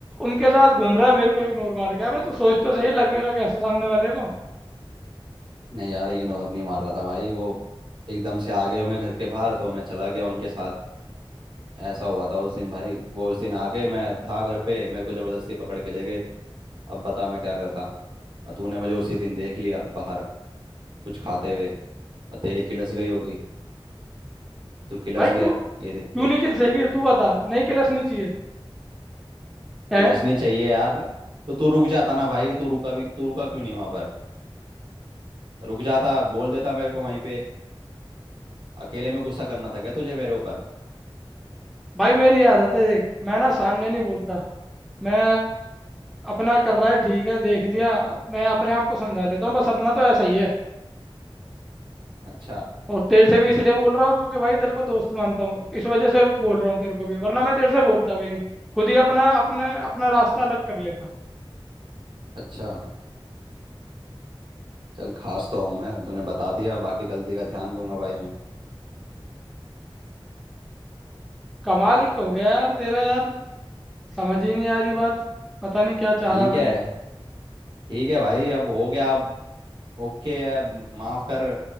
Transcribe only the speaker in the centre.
उनके साथ घूम रहा है मेरे को इग्नोर मार के अबे तू सोच तो सही लगेगा कैसा सामने वाले को
भाई क्यों
क्यों
नहीं खिल सही तू बता नहीं खिलसनी चाहिए हैं
भाई मेरी आदत है देख मैं ना सामने नहीं बोलता मैं अपना कर रहा है ठीक है देख लिया मैं अपने आप को समझा लेता हूँ बस अपना तो ऐसा ही है
और तेरे से भी इसलिए बोल रहा हूँ क्योंकि भाई तेरे को दोस्त मानता हूँ इस वजह से बोल रहा हूँ तेरे को भी वरना मैं तेरे से बोलता भी नहीं खुद ही अपना अपने अपना रास्ता अलग कर लेता
कमाल हो गया यार तेरा यार समझ ही नहीं आ रही बात पता नहीं क्या चाह
रहा है भाई